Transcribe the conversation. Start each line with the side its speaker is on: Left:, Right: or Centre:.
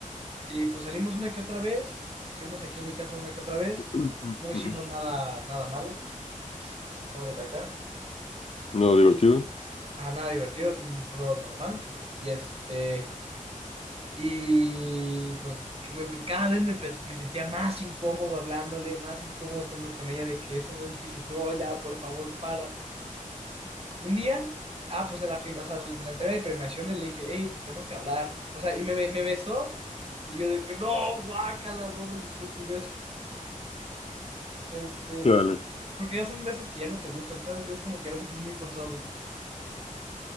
Right: y pues salimos una que otra vez, estuvimos aquí en mi casa una que otra vez,
Left: Ujú, ujú.
Right: no hicimos nada, nada malo, cabe recalcar.
Left: No, divertido.
Right: Ajá, nada divertido, un rol normal. Y este, y pues que me- cada vez me, pe- me sentía más incómodo hablándole, más incómodo estando con ella, de que esas veces que dices, no, ya, por favor, para. Un día, ah, pues en la fin, o sea, en la entrega de premiaciones le dije, hey, pues tenemos que hablar. O sea, y me, be- me besó, y yo de que, no, guácala, no me gustó tu beso. Este,
Left: Dale.
Right: porque ya son besos que ya no te gustan, ¿sabes? Es como que ya los sientes muy forzados.